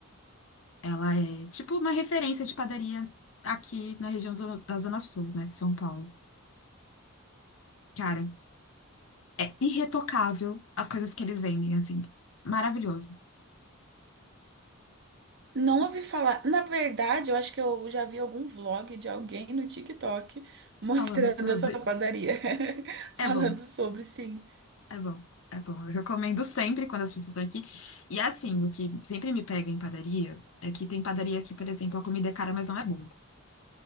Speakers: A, on the left; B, on the right.
A: Ela é tipo uma referência de padaria aqui na região do- da Zona Sul, né, de São Paulo. Cara, é irretocável as coisas que eles vendem, assim. Maravilhoso.
B: Não ouvi falar. Na verdade, eu acho que eu já vi algum vlog de alguém no TikTok <laughs> mostrando
A: Falando sobre.
B: essa padaria, <laughs> falando
A: É bom,
B: sobre sim.
A: é bom. É bom, eu recomendo sempre quando as pessoas estão aqui. E assim, o que sempre me pega em padaria é que tem padaria que, por exemplo, a comida é cara, mas não é boa.